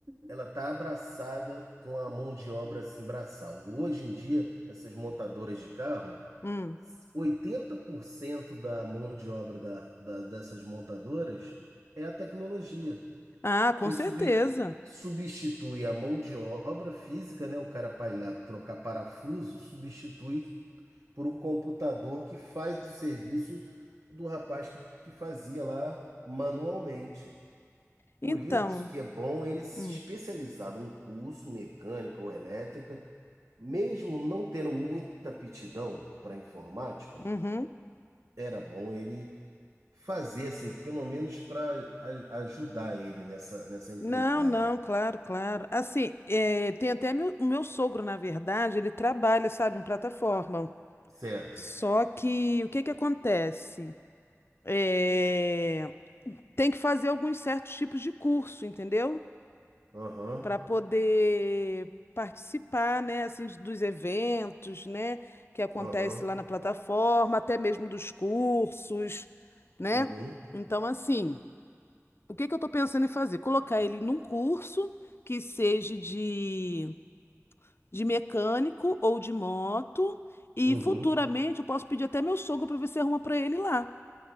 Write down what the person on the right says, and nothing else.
ela tá abraçada com a mão de obra assim braçal. Hoje em dia, essas montadoras de carro,
80% da mão de obra da, da- dessas montadoras é a tecnologia.
Foi
sub, substitui a mão de obra física, né? O cara para ir lá trocar parafuso, substitui por um computador que faz o serviço do rapaz que, que fazia lá manualmente. Por
isso que é bom ele se
especializar num curso mecânica ou elétrica, mesmo não tendo muita aptidão para informática,
era bom ele fazer assim, pelo menos para ajudar ele nessa, nessa empreitada.
Certo?
Aham.
Aham.
Uhum.
Uhum.